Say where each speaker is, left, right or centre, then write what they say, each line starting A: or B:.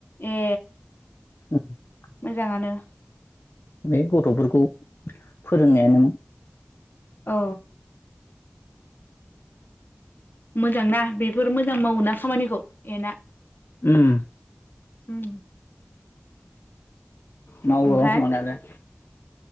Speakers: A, on the left; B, on the left.
A: ए
B: <inaudible>
A: मोजाङानो।
B: बे गथ'फोरखौ फोरोंनायानो मोन।
A: औ मोजां ना बेफोर मोजां मावो ना खामानिखौ एना
B: उम
A: उम
B: मावो
A: ओमफाय
B: मावनायालाय